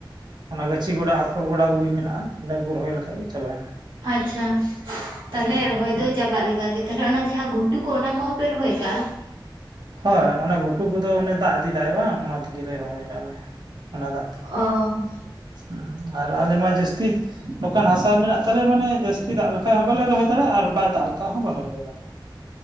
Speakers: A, on the right (about 55°); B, on the right (about 70°).
A: ᱚᱱᱟ ᱜᱟᱹᱪᱷᱤ ᱜᱚᱰᱟ ᱟᱯᱷᱚᱨ ᱜᱚᱰᱟ ᱠᱩᱜᱤ ᱢᱮᱱᱟᱜ-ᱟ, ᱤᱱᱟᱹ ᱠᱩ ᱨᱚᱦᱚᱭ ᱞᱮᱠᱷᱟᱱ ᱜᱮ ᱪᱟᱵᱟᱭᱮᱱᱟ᱾
B: ᱟᱪᱪᱷᱟ ᱛᱟᱦᱚᱞᱮ
A: ᱦᱩᱸ
B: ᱨᱚᱦᱚᱭ ᱫᱚ ᱪᱟᱵᱟᱜ ᱞᱮᱠᱟᱜᱮ᱾ ᱛᱟᱦᱚᱞᱮ ᱚᱱᱟ ᱡᱟᱦᱟᱸ ᱜᱷᱩᱴ ᱴᱩ ᱠᱚ ᱚᱱᱟ ᱠᱚᱦᱚᱸ ᱯᱮ ᱨᱚᱦᱚᱭ ᱠᱟᱜ-ᱟ?
A: ᱦᱳᱭ ᱚᱱᱟ ᱜᱷᱩᱴᱩ ᱠᱚᱫᱚ ᱚᱱᱮ ᱫᱟᱜ ᱤᱫᱤᱫᱟᱭ ᱵᱟᱝ ᱚᱱᱟ ᱛᱤᱜᱤ ᱞᱮ ᱨᱚᱦᱚᱭ ᱮᱜᱟ ᱞᱮ᱾ ᱚᱱᱟ ᱫᱟᱜ ᱛᱮ
B: ᱚ
A: ᱦᱩᱸ ᱟᱨ ᱟᱞᱮ ᱢᱟ ᱡᱟᱹᱥᱛᱤ ᱱᱚᱝᱠᱟᱱ ᱦᱟᱥᱟ ᱢᱮᱱᱟᱜ ᱛᱟᱞᱮ ᱢᱟᱱᱮ ᱡᱟᱹᱥᱛᱤ ᱫᱟᱜ ᱞᱮᱠᱷᱟᱡ ᱦᱚᱸ ᱵᱟᱞᱮ ᱨᱚᱦᱚᱭ ᱫᱟᱲᱮᱭᱟᱜᱼᱟ ᱟᱨ ᱵᱟᱭ ᱫᱟᱜ ᱞᱮᱠᱷᱟᱡ ᱦᱚᱸ ᱵᱟᱞᱮ ᱨᱚᱦᱚᱭ ᱫᱟᱲᱮᱭᱟᱜᱼᱟ᱾